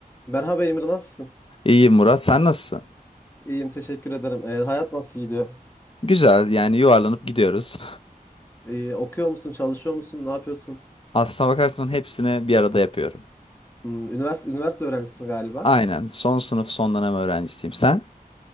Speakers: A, on the left; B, on the left.
A: Merhaba Emir nasılsın?
B: İyi Murat, sen nasılsın?
A: İyiyim teşekkür ederim. Ee, hayat nasıl gidiyor?
B: Güzel, yani yuvarlanıp gidiyoruz.
A: Ee, okuyor musun, çalışıyor musun, ne yapıyorsun?
B: <laughs> Aslına bakarsan hepsini bir arada yapıyorum.
A: Hmm, üniversite, üniversite öğrencisin galiba.
B: Aynen, son sınıf son dönem öğrencisiyim. Sen?